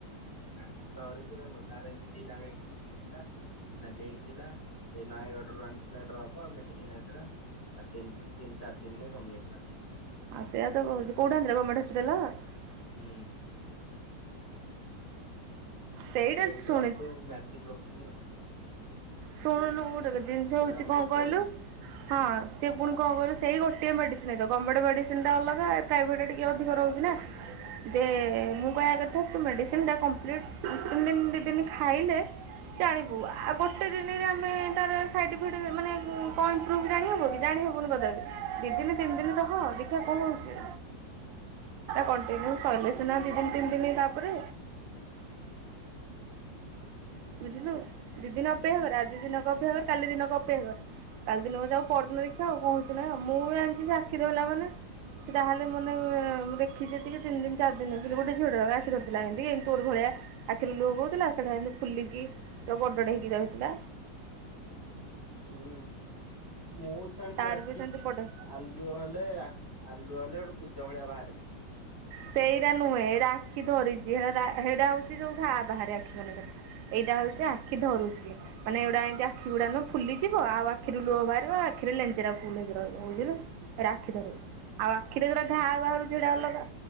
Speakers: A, on the left; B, on the right.
A: ଆଖି ତ ହରିିତ ତାର ଏମିତି ଦିଟା। <unintelligible> ଠିକ ଠାକ ଲାଲି ହେଇଥିଲା ସେ ନୟାଗଡ଼ ରୁ ଆଣିଥିଲା ଡ୍ରପ୍ ମେଡିସିନ ଆଣିଥିଲା। ଚାରି ତିନ ତିନି ଚାରି ଦିନରେ କମିଯାଇଥିଲା।
B: ଆଉ ସେୟା ତ କଉଛି କୋଉଠା ଆଣିଥିଲା ଗଭର୍ଣମଣ୍ଟ ହପିଟାଲସ୍।
A: ହୁଁ।
B: ସେଇଟା
A: ଗଲା ଏଇ
B: ଶୁଣି
A: ଡରପ୍ କୁ ମେଚି <unintelligible> ଆଉ।
B: ଶୁଣୁନୁ ଗୋଟେ ଜିନିଷ
A: ଜୋରାମ
B: ହଉଛି କଣ
A: ପକଉଛି
B: କହିଲୁ। ହଁ ସିଏ ପୁଣି କଣ କିଲେ ସେଇ ଗୋଟିଏ ମେଡ଼ିସିନ ହେଇ ତ ଗମେଣ୍ଟ ମେଡ଼ିସିନଟା ଅଲଗା। ପ୍ରାଇଭେଟରେ ଟିକେ ଅଧିକ ରହୁଛି ନା। ଯେ ମୁଁ କହିବା କଥା ତୁ ମେଡ଼ିସିନ ଟା କମ୍ପ୍ଲିଟ୍ ତିନି ଦିନ ଦୁଇ ଦିନ ଖାଇଲେ ଜାଣିବୁ ଆଉ ଗୋ
A: <inaudible>
B: ଆମେ ତାର ସାଇ୍ ଇଫେକ୍ଟ ମାନେ କଣ ମ୍ପ୍ରୁଭ୍ ଜାଣିହେବ କି ଜାଣି ହେବନି କଦା ଏବେ। ଦି ଦିନ ତିନି ଦିନ ରହ ଦେଖିବା କଣ ହଉଛି।
A: ହ। <inaudible>
B: କଣ୍ଟିନ୍ୟୁ ସରିଲେ ସିନା ଦି ଦିନ ତିନି ଦିନ ତାପରେ ବୁଝିଲୁ ଦି ଦିନ
A: ହୁଁ।
B: ଅପେକ୍ଷା କର ଆଜି ଦିନ କ ଅପେକ୍ଷା କର କାଲି ଦିନ କ ଅପେକ୍ଷା କର। କାଲି ଦିନକୁ ଯ ଆଉ ପରଦିନ ଦେଖିବା ଆଉ କହୁୁଛି ନାହିଁଉ ମୁଁ ବି ଆଣିଛି ସାଖି ଦେଲା ବାଲା। ସେ ତାହେଲେ ମାନେ ମୁଁଖି ଯେତିିତିନ ଦିନ ଚାର ଦିନିଲ ଗୋଟେ ଝିଅଟା ବା ଆଖି ଧରଥିଲା ଏମିତି ଏମତୋର ଭଳିଆ, ଆଖିରୁ ଲୁହ ବହୁଉଥିଲା ସେଟା ଏତି ଫୁଲିକି ଗଡଡେ ହେଇକି ରହିଥିଲା,
A: ହୁଁ ମୁଁ କାଣିଛି
B: ତାର
A: ଆଖି,
B: ବି ସେମିତି ବଡ
A: ଆଲୁ ହେଲେ ଆଖ୍ ଆଲୁ ହେଲେ ଗୋଟେ କୂଜ ଭଳିଆ ବାହାରେ,
B: ସେଇଟା ନୁହେଁ ଏଇଟା ଆଖି ଧରିଛି ସେଟା ସେଇଟା ହଉଛି ଯୋଉ ଟା ବାହାରେ ଆଖି ମନେକରେ, ଏଇଟା ହଉଛି ଆଖି ଧରୁଛି ମାନେ ଏଇଡା ଏମତି ଆଖି ଗୁଡ଼ା ନୁ, ଫୁଲିଯିବ ଆଉ ଆଖିରୁ ଲୁହବହାର, ଆଖିରେ ଲେଞ୍ଚେରା ପୁଲ ହେକି ରହିବ ବୁଝିଲୁ ଏଇଟା ଆଖି ଧରିବ ଆଉ ଆଖିରେ ଯୁରା ଘା ବାହାରୁ ଛିଡା ଅଲଗା,